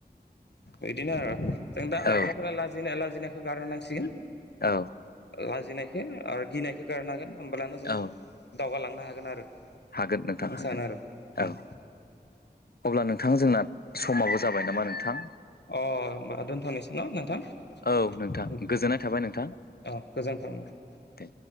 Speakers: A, on the left (about 80°); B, on the left (about 65°).
A: <unintelligible> इदिनो आरो जों दा लाइमोनफोरा
B: औ
A: लाजिनाया लाजिनायखौ गारनो नांसि
B: औ।
A: लाजिनायखो आरो गिनायखो गारनांगोन होमब्लानो जों
B: औ
A: दावगालांनो हागोन आरो
B: हागोन नोंथां
A: आं
B: हागोन
A: सानो आरो
B: औ
A: अ
B: अब्ला नोंथां जोंना समाबो जाबाय नामा नोंथां।
A: अ होमबा दोनथ'नोसै न नोंथां
B: औ नोंथां
A: उम
B: गोजोननाय थाबाय नोंथां
A: अ गोजोन्थों।
B: दे